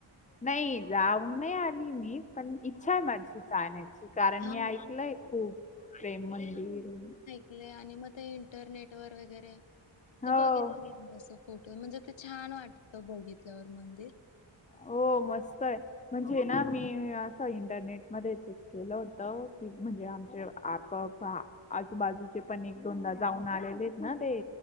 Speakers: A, on the left; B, on the left.
A: नाही जाऊन नाही आली मी. पण इच्छा आहे माझी जाण्याच ची. कारण
B: हा
A: मी ऐकलंय खूप प्रेम मंदिर,
B: कलय आणि मग ते इंटरनेट वर वैगेरे
A: हो
B: ते बघितलं ते असं फेटो. म्हणजे ते छान वाटतं बघितल्यावर मंदिर.
A: हो मस्त आहे. म्हणजे ना मी असं इंटरनेट मध्ये चेक केलं होत, की म्हणजे आमचे आप प बा आजूबाजूचे पण एक दोनदा जाऊन आलेलेत ना ते.